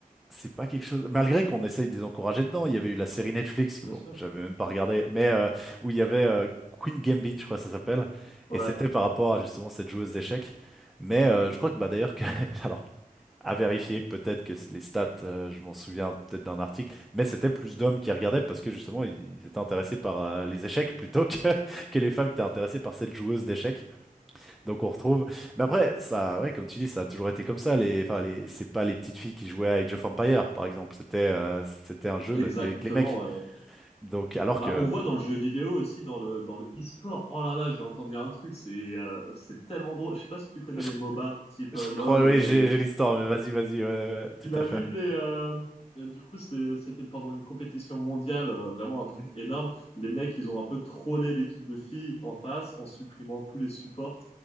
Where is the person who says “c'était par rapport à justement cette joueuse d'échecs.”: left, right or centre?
Centre